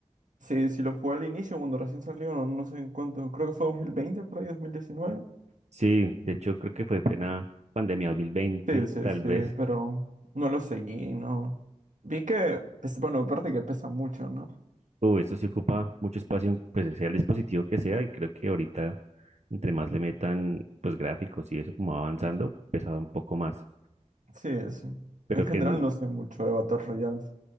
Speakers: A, on the right; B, on the right.
A: Sí, sí lo jugué al inicio cuando recién salió, no, no sé en cuánto. Creo que fue 2020 por ahí, 2019.
B: Sí, de hecho creo que fue plena pandemia dos mil veinte,
A: Sí, sí,
B: tal
A: sí,
B: vez.
A: pero no lo seguí, no. Vi que, pues, bueno, aparte que pesa mucho, ¿no?
B: Uy, esto sí ocupa mucho espacio, pues sea el dispositivo que sea, y creo que ahorita, entre más le metan, pues gráficos y eso como va avanzando, pesaba un poco más.
A: Sí, sí.
B: Pero
A: En general
B: que, en-
A: no sé mucho de Battle Royales.